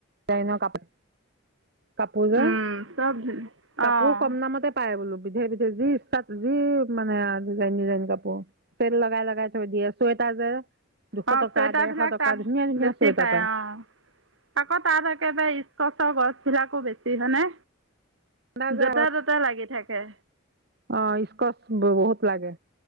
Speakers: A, on the right; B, on the right.
A: জাইনৰ কাপোৰ কাপোৰ যে।
B: উম চব
A: কাপোৰ
B: অঁ
A: কম দামতে পায় বোলোঁ। বিধে-বিধে যি ইষ্টা- যি মানে ডিজাইন-ডিজাইন কাপোৰ চেল লগাই-লগাই থৈ দিয়ে। চৱে তাৰ যে দুশ
B: অ'
A: টকা
B: চুৱেটাৰবিলাক
A: ডেৰশ টকা
B: তাত
A: ধুনীয়া ধুনীয়া
B: বেছি
A: চুৱেটাৰ
B: পায়, অ'। আকৌ তাত একেবাৰে ইস্কছৰ গছবিলাকো বেছি হয়নে?
A: ঠাণ্ডা যে
B: য'তে-ত'তে লাগি থাকে।
A: অ' ইস্কছ বহুত লাগে।